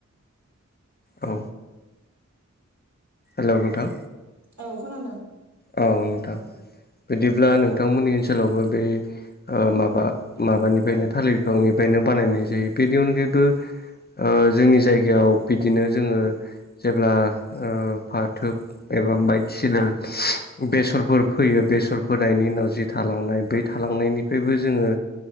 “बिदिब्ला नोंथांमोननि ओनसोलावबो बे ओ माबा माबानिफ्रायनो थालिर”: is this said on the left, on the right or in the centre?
Left